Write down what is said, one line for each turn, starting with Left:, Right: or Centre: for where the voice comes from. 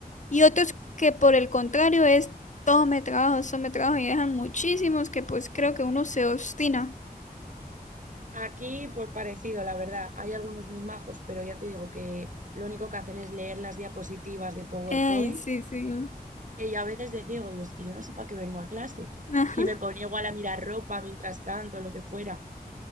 Left: y otros que por el contrario es todo me trabajo, todo me trabajo y dejan muchísimos que pues creo que uno se obstina.
Right: Aquí, pues parecido, la verdad. Hay algunos muy majos, pero ya te digo que lo único que hacen es leer las diapositivas de PowerPoint
Left: ¡Ay, sí, sí.
Right: que yo a veces decía, digo, yo es que yo no sé para qué vengo a clase.
Left: Ajá.
Right: Y me ponía igual a mirar ropa mientras tanto, lo que fuera.